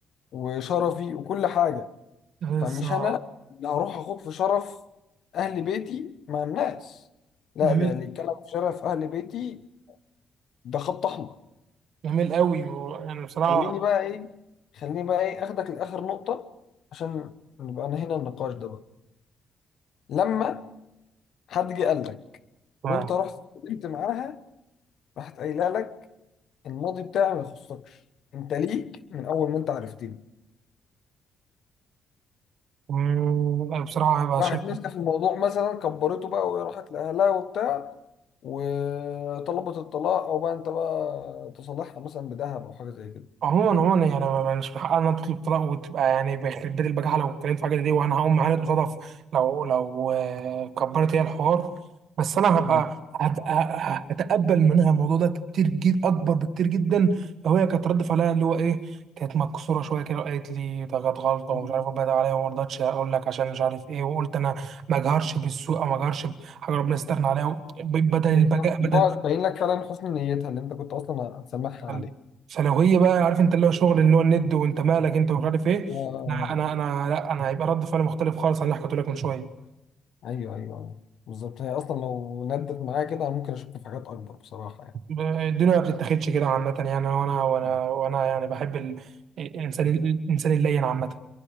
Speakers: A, on the left (about 70°); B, on the right (about 70°).
A: وشرفي وكل حاجه
B: بالظبط
A: فمش انا اللي هروح اخوض في شرف اهل بيتي مع الناس لا
B: جميل
A: ده اللي يتكلم في شرف اهل بيتي ده خط احمر
B: جميل قوي يعني بصراحه
A: خليني بقى ايه خليني بقى ايه اخدك لاخر نقطة عشان نبقى انا هنا النقاش ده بقى لما حد جه قال لك
B: واو.
A: وانت رحت اتكلمت معاها راحت قايله لك الماضي بتاعي ما يخصكش انت ليك من اول ما انت عرفتني
B: مم، بصراحه هبقى
A: راحت
B: شايف
A: ماسكه في الموضوع مثلا كبرته بقى وراحت لاهلها وبتاع وطلبت الطلاق او بقى انت بقى تصالحها مثلا بذهب او حاجه زي كده
B: عموما عموما يعني ما- ما- مش من حقنا تطلب طلاق وتبقى يعني بيخرب بيت البجاحه لو اتكلمت في حاجه زي دي وانا هقوم معاند قصادها في- لو لو آه، كبرت هي الحوار بس انا هبقى
A: مم.
B: هبقى هتقبل منها الموضوع ده كتير جدا اكبر بكتير جدا لو هي كانت رد فعلها اللي هو ايه كانت مكسوره شويه كده وقالت لي ده كانت غلطه
A: مم.
B: ومش عارف ربنا ده عليا وما رضتش اقول لك عشان مش عارف ايه وقلت انا ما اجهرش بالسوء او ما اجهرش بحاجه ربنا يسترنا عليها بدل
A: بالظبط
B: البجاء بدل
A: اللي هو تبين لك فعلا حسن نيتها اللي انت كنت اصلا هتسامحها
B: حلو.
A: عليه
B: سلوية بقى عارف انت اللي هو شغل اللي هو الند وانت مالك انت ومش عارف ايه
A: آه آه.
B: انا انا انا لا انا هيبقى رد فعلي مختلف خالص عن اللي حكيته لك من شويه
A: ايوه ايوه أيوة. بالظبط هي اصلا لو ندت معايا كده انا ممكن اشك في حاجات اكبر بصراحه يعني
B: ب- الدنيا ما بتتاخدش كده عامه يعني وانا وانا
A: مم.
B: وانا يعني بحب ال- الانسان الانسان اللين عامه